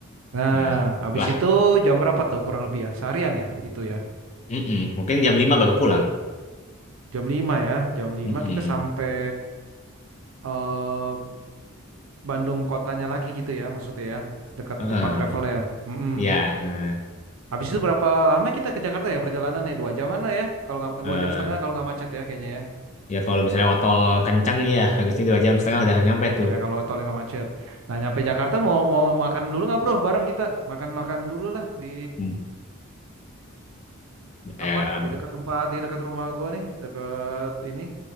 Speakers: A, on the right; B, on the left.
A: Nah,
B: Nah,
A: habis
B: lah,
A: itu jam berapa tuh kurang lebih ya? Seharian ya itu ya.
B: mm-mm. Mungkin jam 5 baru pulang.
A: Jam 5 ya. Jam lima
B: Mm-mm.
A: kita sampai eh Bandung kotanya lagi gitu ya maksudnya ya. Dekat
B: Heeh.
A: tempat travel ya. Mm-mm.
B: Ya, nah,
A: Habis itu berapa lama kita ke Jakarta ya perjalanannya? Dua jaman lah ya. Kalau nggak dua
B: eh,
A: jam setengah kalau nggak macet ya kayaknya ya.
B: Ya kalau misalnya waktu kencang ya harusnya dua jam setengah udah nyampe tuh.
A: Iya, kalau tolnya nggak macet. Nah, nyampe Jakarta mau mau makan dulu nggak bro? Bareng kita makan-makan dulu lah di
B: Hmm, Eh,
A: apa? Di dekat tempat, di dekat rumah gua nih, dekat ini